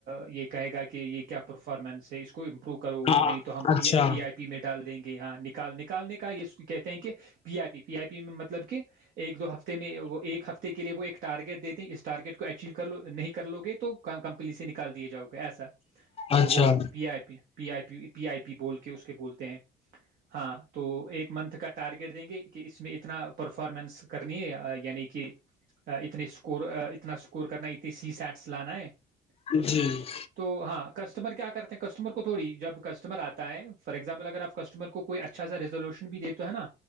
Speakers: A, on the right; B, on the left.
A: یہ کہے گا کہ یہ کیا پرفارمنس ہے اس کو امپروو کرو
B: ہاں
A: <unintelligible> نہیں تو ہم
B: اچھا
A: پی آئی پی میں ڈال دیں گے یہاں <unintelligible> ال نکالنے کا یہ کہتے ہیں کہ پی آئی پی پی آئی پی <unintelligible> مطلب کہ ایک دو ہفتے میں ایک ہفتے کے لیے وہ ایک ٹارگیٹ دیتے اس ارگیٹ کو اچو کر نہیں کر لو گے تو کمپنی سے نکال دیا جاؤ گا ایسا <unintelligible> تو
B: اچھا
A: وہ پی آئی پی پی آئی پی پی آئی پی بول کے اس کے بولتے ہیں ہاں تو ایک منتھ کا ٹارگیٹ دیں گے کہ اس میں اتنا <unintelligible> اتنا پرفارمنس کرنی ہے یعنی کہ اتنے اسکور اتنا اسکور کرنا ہے اتنی سی سیٹس لانا ہے <unintelligible>
B: جی <unintelligible>
A: تو ہاں، کسٹمر کیا کرتے ہیں کسٹمر کو تھوڑی جب کسٹمر آتا ہے فارور ایگزامپل اگر آپ کسٹمر کوئی اچھا سا ریزولوشن بھی دیتے ہے نا